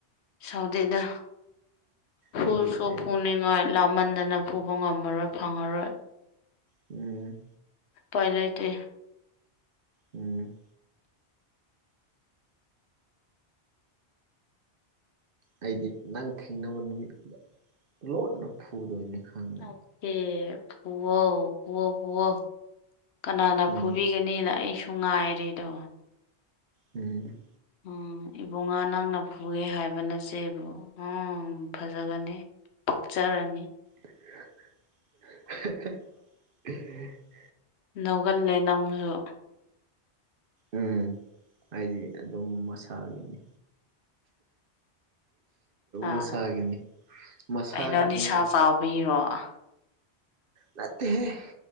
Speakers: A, on the left; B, on the right.
A: ꯁꯥꯎꯗꯤꯗ ꯐꯨꯁꯨ
B: ꯑꯩꯗꯤ ꯑꯩ
A: ꯐꯨꯅꯤꯡꯉꯥꯏ ꯂꯥꯃꯟꯗꯅ ꯐꯨꯕ ꯉꯝꯃꯔꯣꯏ ꯐꯪꯉꯔꯣꯏ꯫
B: ꯎꯝ
A: ꯄꯥꯏ ꯂꯩꯇꯦ꯫
B: ꯎꯝ꯫ ꯑꯩꯗꯤ ꯅꯪ ꯊꯦꯡꯅꯕ ꯅꯨꯃꯤꯠꯇꯨꯗ ꯂꯣꯠꯅ ꯐꯨꯗꯣꯏꯅꯦ ꯈꯪ
A: ꯑꯥꯎꯀꯦ ꯐꯨꯋꯣ ꯐꯨꯋꫭ ꯄꯨꯋꯣ꯫ ꯀꯅꯥꯅ
B: ꯎꯝ
A: ꯐꯨꯕꯤꯒꯅꯤꯅ ꯑꯩꯁꯨ ꯉꯥꯏꯔꯤꯗꯣ꯫
B: ꯎꯝ꯫
A: ꯎꯝ ꯏꯕꯨꯡꯉꯥ ꯅꯪꯅ ꯐꯨꯔꯦ ꯍꯥꯏꯕ ꯅꯆꯦꯕꯨ ꯎꯪ꯫ ꯎꯝ ꯐꯖꯒꯅꯤ ꯄꯛꯆꯔꯅꯤ꯫
B: <unintelligible> <unintelligible>
A: ꯂꯧꯒꯜꯂꯦ ꯅꯪꯁꯨ꯫
B: ꯎꯝ ꯑꯩꯗꯤ ꯑꯗꯨꯝ ꯃꯁꯥꯒꯤꯅꯤ꯫
A: ꯑꯥ
B: ꯃꯁꯥꯒꯤꯅꯤ ꯃꯁꯥꯒꯤꯅꯦꯕ꯫
A: ꯀꯩꯅꯣ ꯅꯤꯁꯥ <unintelligible>
B: ꯅꯠꯇꯦꯍꯦ꯫